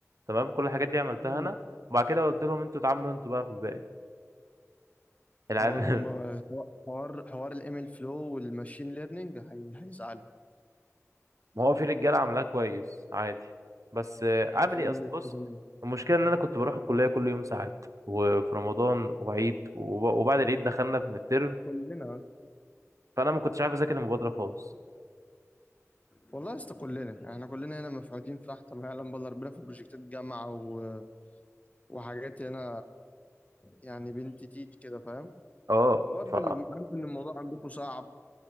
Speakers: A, on the right; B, on the left.
A: تمام كل الحاجات دي عملتها
B: مم.
A: انا وبعد كده قلت لهم انتوا اتعاملوا انتوا بقى في الباقي العيال
B: هو الم-
A: <laughs>
B: حوار حوار الام ال فلو والماشين ليرنينج هي... هيزعلوا
A: ما هو في رجاله عاملاه كويس عادي بس آه، اعمل
B: المفروض
A: ايه اصل
B: إن
A: بص
B: الكلام ده.
A: المشكله ان انا كنت بروح الكليه كل يوم ساعات وفي رمضان وعيد وب- وبعد العيد دخلنا في الترم
B: كلنا
A: فانا ما كنتش عارف اذاكر المبادره خالص
B: والله يا اسطى كلنا يعني احنا كلنا هنا مفعوتين في تحت ما يعلم بالله ربنا في بروجكتات جامعة و... وحاجات هنا يعني بنت تيت كده فاهم
A: اه
B: وبرضه
A: ف
B: اللي عارف ان الموضوع عندكم صعب